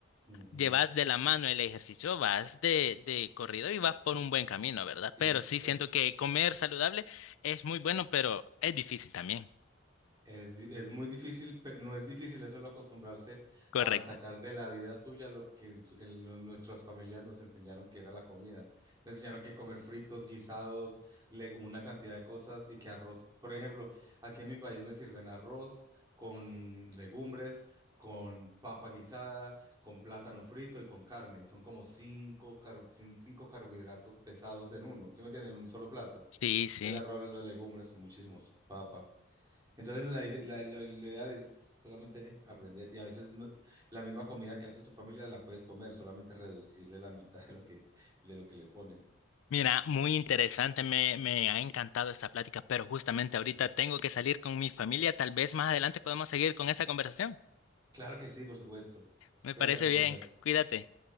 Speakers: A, on the right; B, on the left.
A: Ujú.
B: llevas de la mano el ejercicio, vas de, de corrido y vas por un buen camino, ¿verdad?
A: Y
B: Pero sí
A: pues
B: siento que comer saludable es muy bueno, pero es difícil también.
A: Es, di- es muy difícil, pero no es difícil, eso solo acostumbrarse
B: Correcto.
A: a sacar de la vida suya lo que en su- en lo- nuestras familias nos enseñaron que era la comida. Nos enseñaron que comer fritos, guisados, le- una cantidad de cosas y que arroz, por ejemplo, aquí en mi país me sirven arroz con legumbres, con papa guisada, con plátano frito y con carne. Y son como cinco, car- cin- cinco carbohidratos pesados en uno, ¿sí me entienden? En un solo plato.
B: Sí, sí.
A: El arroz, las legumbres, muchísimos, papa. Entonces, la, ide- la- lo, lo ideal es solamente aprender. Y a veces no- la misma comida que hace su familia la puedes comer, solamente reducirle la mitad de lo que, de lo que le ponen.
B: Mira, muy interesante, me, me ha encantado esta plática, pero justamente ahorita
A: Sí.
B: tengo que salir con mi familia, tal vez más adelante podemos seguir con esta conversación.
A: Claro que sí, por supuesto.
B: Me
A: Cuídate
B: parece
A: mucho,
B: bien,
A: Ernesto.
B: cuídate.